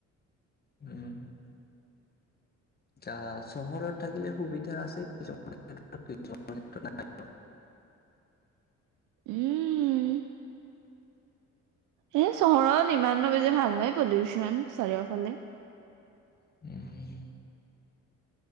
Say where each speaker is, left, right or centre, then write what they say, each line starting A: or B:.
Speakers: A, on the left; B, on the right.
A: উম! চহৰত থাকিলে সুবিধা আছে কিছুমান। <inaudible>
B: উম। এ চহৰত ইমানো বেচি ভাল নাই, পলিউচন চাৰিওফালে।
A: উম।